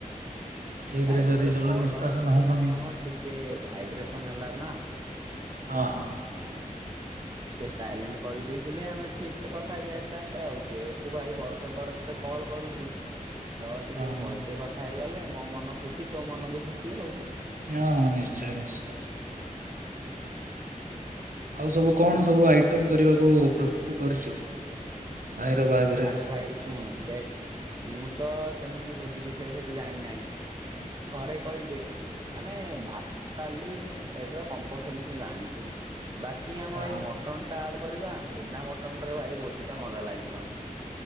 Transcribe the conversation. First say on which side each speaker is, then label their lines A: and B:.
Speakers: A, on the right; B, on the right.
A: ଠିକ୍
B: ଭାଇ
A: ରେ ଯଦି
B: ତୋର
A: ଜଳ
B: କଲ
A: ନିଷ୍କାସନ
B: ଆସୁଛି
A: ହବନି।
B: ନା କଣ ଟିକେ ଭାଇବ୍ରେସନ ହେଲା ନା।
A: ହ ହଁ।
B: ଟିକେ ସାଇଲେଣ୍ଟ କରି ଦେଇଥିଲେ ଆମେ ଠିକ ସେ କଥା ହେଇ ଯାଇଥାନ୍ତେ ଆଉ ଯେହେତୁ ଭାଇ ବର୍ଷେ ପରେ ତତେ କଲ୍ କରୁଛି। ତ ଟିକେ
A: ହଁ
B: ଭଲସେ କଥା ହେଇଗଲେ ମୋ ମନ ଖୁସି ତୋ ମନ ବି ଖୁସି ଆଉ।
A: ହଁ ହଁ ନିଶ୍ଚୟ ନିଶ୍ଚୟ। ଆଉ ସବୁ କଣ ସବୁ ଆଇଟମ କରିବାକୁ ପ୍ରସ୍ତୁତ କରିଛୁ। ଭାଇର ବାହାଘର।
B: ଆରେ ଭାଇ ଶୁଣ ଦେଖ ମୁଁ ତ ସେମିତି ଭୋଜି ବିଷୟରେ ସେତେ ଜାଣିନାହିଁ। ଘରେ କହିବେ। ମାନେ ଭାଲି ଡାଲି ଏଇଟା କମ୍ପରସଲି ତୁ ଜାଣିଛୁ। ବାକି ଆମର
A: ହଁ
B: ଏଇ ମଟନ ଟା ଆଡ କରିବା ବିନା ମଟନ ରେ ଭାଇ ଭୋଜି ଟା ମଜା ଲାଗିବନି।